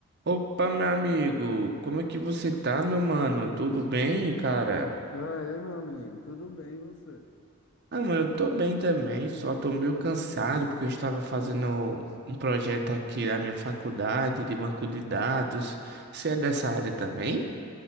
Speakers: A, on the right; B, on the left.
A: Opa, meu amigo, como é que você tá, meu mano? Tudo bem, cara?
B: E aí, meu amigo, tudo bem e você?
A: Ah, mano, eu tô bem também, só tô meio cansado porque eu estava fazendo um projeto aqui da minha faculdade de banco de dados. Você é dessa área também?